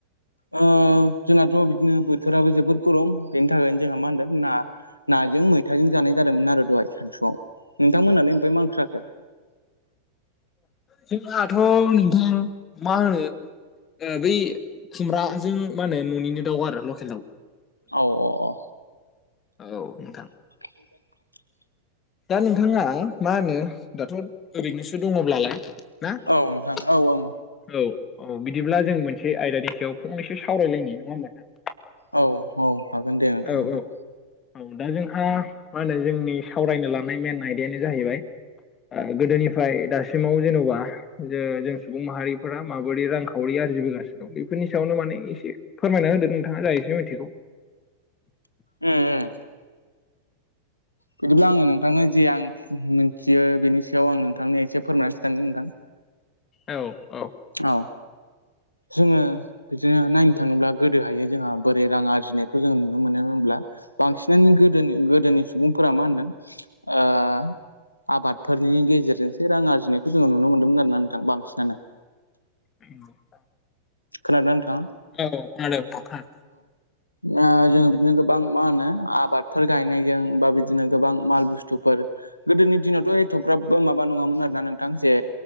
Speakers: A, on the left; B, on the left.
A: जोंनाथ' बिदिनो बोथोराबो जोबोद गरम बेनि थाखायनो जोंहा मा होनदों ना नाजों मैथाजों जानाय जादोंमोन आरो दहाय सानसुआव नोंथांमोनालाय ओमफ्राय माओंख्रि जाखो
B: जोंहाथ' नोंथां मा होनो ओ बै खुमब्राजों मा होनो न'निनो दाउ आरो लकेल दाउ
A: औ अ अ
B: औ नोंथां
A: <unintelligible>
B: दा नोंथाङा मा होनो दाथ' ओरैनोसो दङब्लालाय ना औ
A: औ औ नोंथां ओं
B: औ बिदिब्ला जों मोनसे आयदानि सायाव फंनैसो सावरायलायनि नङा होमबा नोंथां
A: औ औ हागोन दे नोंथां
B: औ
A: हागोन
B: औ औ दा जोंहा मा होनो जोंनि सावरायनो लानाय मेन आयदायानो जाहैबाय ओ गोदोनिफ्राय दासिमाव जेन'बा जो जों सुबुं माहारिफोरा माबोरै रांखावरि आरजिबोगासिनो बेफोरनि सायावनो माने एसे फोरमायना होदो नोंथाङा जा एसे मिनथिगौ
A: उ उ बिदिब्ला आङो नोंथांनो जि आं मिनथियो बेनि सायाव आं नोंथांनो एसे फोरमायना खिथानो नोंथां
B: औ औ
A: औ जोङो बिदिनो नायनो थाङोब्ला गोदोहाय जोंहा बोरै रां आरजिनायखौ जों नुनो मोनो होमब्ला बांसिनानि गोदोनि गोदोनि सुबुंफोरा मा होनदों ओ आबादफोरनि गेजेरजोंसो रां आरजिनायखौ जोङो नुनो मोनदोंमोन आरोना नोंथां बांसिनानो
B: <unintelligible>
A: खोनादोंना नोंथां
B: औ खोनादों नोंथां
A: दा जोङो बिदिनो गोबां मा होनो आबादफोर गायनायजों बा बिदिनो गोबां माल बुस्थुफोर गोदोनि दिनावथ' एथग्राबबो माबा नङामोन आरोना नोंथां जे